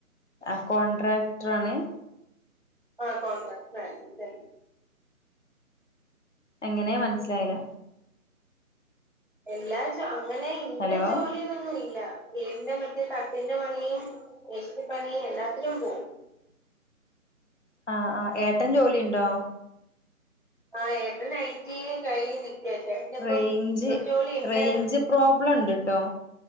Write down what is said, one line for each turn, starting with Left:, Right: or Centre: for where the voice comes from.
Left: ആ കോൺട്രാക്ടറാണ്
Right: ആ കോണ്ട്രക്ടറായിരുന്നു <unintelligible>
Left: എങ്ങനെ മനസിലായില
Right: എല്ലാജൊ അങ്ങനെ ഇന്ന
Left: ഹലോ
Right: ജോലിയെന്നൊന്നും ഇല്ല വീടിന്റെ മറ്റേ തട്ടിന്റെ പണിയും മേശിരി പണിയും എല്ലാത്തിനും പോവും
Left: <inaudible> അ ആ ഏട്ടൻ ജോലിണ്ടോ
Right: ആ ഏട്ടനൈറ്റിങ് കഴിഞ്ഞു നി <unintelligible> യാച്ച ചേട്ടന്പ്പം
Left: റേഞ്ച്
Right: ഒരു ജോലി ഇണ്ടായിരുന്നു
Left: റേഞ്ച് പ്രോബ്ലം ഉണ്ട്ട്ടോ